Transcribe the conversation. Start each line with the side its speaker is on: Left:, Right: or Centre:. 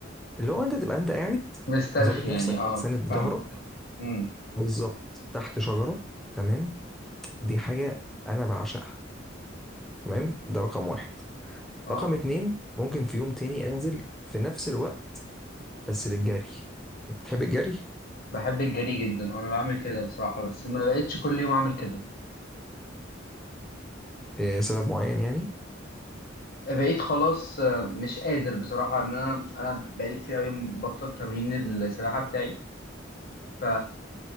Centre: اللي هو انت تبقى انت قاعد
Left: مسترخي
Centre: مظبط نفسك
Left: يعني اه
Centre: ساند
Left: فاهمك
Centre: ظهرك
Left: مم.
Centre: بالظبط تحت شجرة تمام دي حاجة انا بعشقها تمام ده رقم واحد
Left: اه
Centre: رقم اتنين ممكن في يوم تاني انزل في نفس الوقت بس للجري بتحب الجري
Left: بحب الجري جدا انا بعمل كده بصراحة بس ما بقتش كل يوم اعمل كده
Centre: آه سبب معين يعني
Left: بقيت خلاص آه، مش قادر بصراحة ان انا انا بقالي كتير قوي مبطل تمرين السباحة بتاعي ف